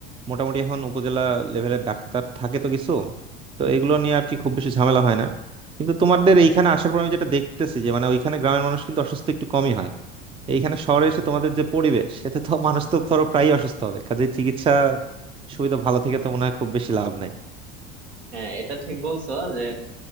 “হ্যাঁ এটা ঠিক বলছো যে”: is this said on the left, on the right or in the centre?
Right